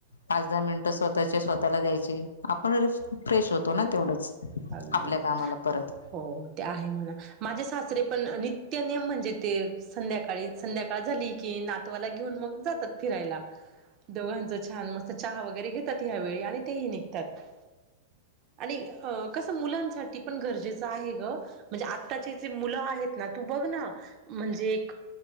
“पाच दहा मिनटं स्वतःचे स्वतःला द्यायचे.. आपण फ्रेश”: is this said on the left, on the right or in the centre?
Left